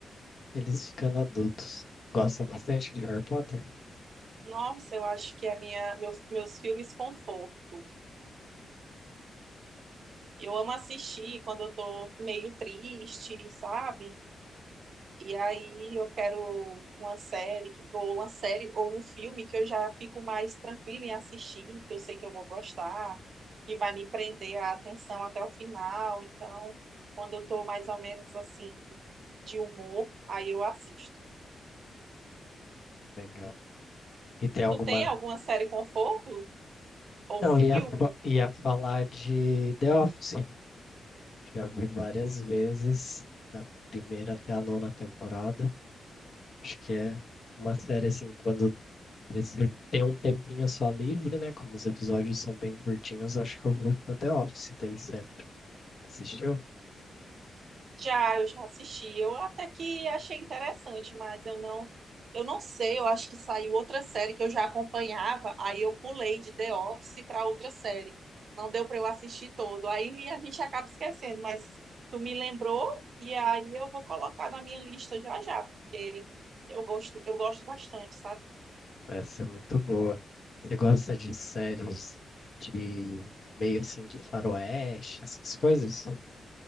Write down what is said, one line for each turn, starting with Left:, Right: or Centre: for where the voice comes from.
Left: eles ficando adultos. Gosta bastante de Harry Potter?
Right: Nossa, eu acho que a minha, meus, meus filmes conforto. Eu amo assistir quando eu tô meio triste, sabe? E aí eu quero uma série, que- ou uma série, ou um filme que eu já fico mais tranquila em assistir, que eu sei que eu vou gostar, que vai me prender a atenção até o final. Então, quando eu tô mais ou menos assim, de humor, aí eu assisto.
Left: Legal. E tem alguma...
Right: Tu tem alguma série conforto ou
Left: Não,
Right: filme?
Left: ia, fa- ia falar de The Office. Já vi várias vezes, da primeira até a nona temporada. Acho que é uma série assim, quando preciso ter um tempinho só livre, né? Como os episódios são bem curtinhos, acho que eu vou pra The Office daí sempre. Assistiu?
Right: Já, eu já assisti. Eu até que achei interessante, mas eu não, eu não sei, eu acho que saiu outra série que eu já acompanhava, aí eu pulei de The Office para outra série. Não deu para eu assistir todo. Aí a gente acaba esquecendo, mas tu me lembrou e aí eu vou colocar na minha lista já já, porque eu gosto, eu gosto bastante, sabe?
Left: Essa é muito boa. Você gosta de séries de meio assim de faroeste, essas coisas?